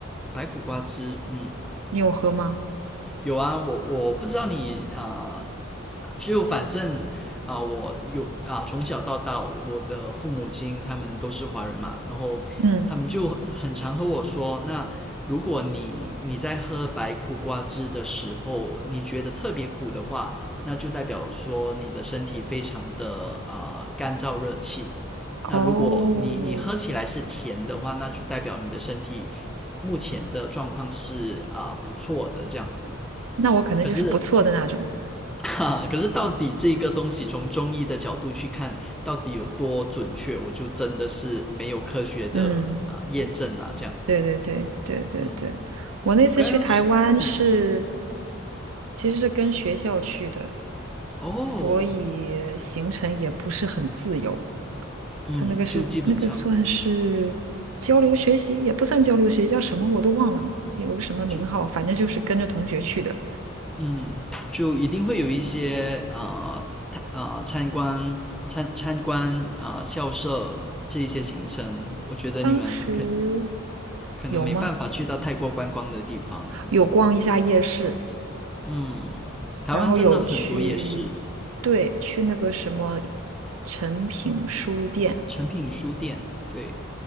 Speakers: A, in the centre; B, on the right.
A: 白苦瓜汁，嗯，
B: 你有喝吗？
A: 有啊，我我不知道你啊、呃就反正啊、呃我有啊、呃从小到大，我的父母亲他们都是华人嘛，然后他们就很常和我说，
B: 嗯，
A: 那如果你你在喝白苦瓜汁的时候，你觉得特别苦的话，那就代表说你的身体非常的啊、干燥热气。那如果你你喝起来是甜的话，
B: 哦，
A: 那就代表你的身体目前的状况是啊、呃不错的这样子。
B: 那我可能就是不错的那种。
A: 可是 <laughs> 哈，可是到底这个东西从中医的角度去看，到底有多准确，我就真的是没有科学的啊验证啦，
B: 嗯。
A: 这样子。
B: 对对对对对对，
A: 嗯，
B: 我那次去台湾是
A: 我刚刚是嗯
B: 其实是跟学校去的，
A: 哦
B: 所以行程也不是很自由。
A: 嗯，
B: 他那个是那个算是交流学习，
A: 就基本上
B: 也不算交流学习，叫什么我都忘了，有个什么名号，
A: 就
B: 反正就是跟着同学去的。
A: 嗯就一定会有一些啊参啊参观参参观啊、呃校舍这一些行程，我觉得你们可
B: 当时
A: 可能没办法去到太过观光的地方。
B: 有吗？有逛一下夜市，
A: 嗯，台湾真的很多夜市。
B: 然后有去，对，去那个什么诚品书店。
A: 成品书店。对，